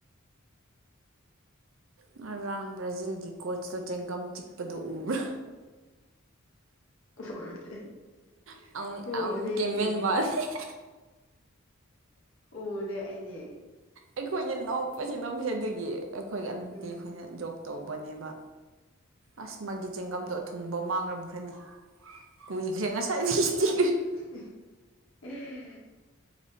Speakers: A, on the right (about 70°); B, on the left (about 65°).
A: ꯉꯔꯥꯡ ꯕ꯭ꯔꯥꯖꯤꯜꯒꯤ ꯀꯣꯠꯁꯇꯣ ꯆꯦꯡꯒꯝ ꯆꯤꯛꯄꯗꯣ ꯎꯕ꯭ꯔꯥ
B: ꯎꯗꯦ
A: <unintelligible>
B: ꯎꯗꯦ ꯑꯩꯗꯤ ꯎꯗꯦ ꯑꯩꯗꯤ
A: ꯑꯩꯈꯣꯏꯅ ꯅꯣꯛꯄꯁꯤ ꯅꯣꯛꯄꯁꯤ ꯗꯨꯒꯤ ꯑꯈꯣꯏ ꯑꯟꯇꯤ
B: ꯎꯝ
A: ꯈꯣꯏꯅ ꯖꯣꯛ ꯇꯧꯕꯅꯦꯕ ꯑꯁ ꯃꯥꯒꯤ ꯆꯦꯡꯒꯝꯗꯣ ꯑꯊꯨꯝꯕ ꯃꯥꯡꯂꯝꯈ꯭ꯔꯅꯤ ꯀꯣꯖꯤꯛꯁꯦ ꯉꯁꯥꯢꯗꯒꯤ <unintelligible>
B: <unintelligible>